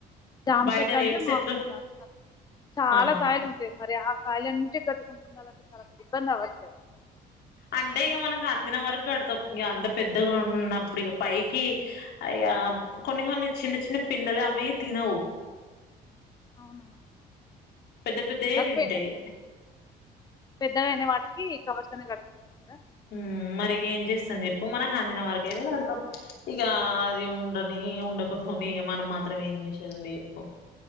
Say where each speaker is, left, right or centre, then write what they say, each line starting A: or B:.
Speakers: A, on the left; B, on the left.
A: జామ
B: బయట
A: చెట్టు
B: రేట్స్
A: అంటే మాకు
B: ఎట్లు
A: దక్కవ్ చాలా
B: ఆ
A: కాయలు ఉంటాయి మరి ఆ కాయళ నుంచి కట్టుకుంటుండాలంటే చాలా ఇబ్బంది అవ్వచ్చు లేదా.
B: అంటే ఇక మనకు అందిన వరకు కడతాం. ఇక అంత పెద్దగా ఉన్నప్పుడు ఇక పైకి అయ్య అ కొన్ని కొన్ని చిన్న చిన్న పిందలు అవి తినవు.
A: అవునా
B: పెద్ద పెద్దయే
A: ఇందాక
B: తింటాయి
A: పోయిన పెద్దవైన వాటికి సంవత్సరం <unintelligible> దా
B: ఊ మరి ఏం చేస్తాం చెప్పు మనకు అందిన వరక అయితే కడతాం. ఇక అది ఉండని ఉండకపోని ఇక మనం మాత్రం ఏం చేసేదుంది చెప్పు.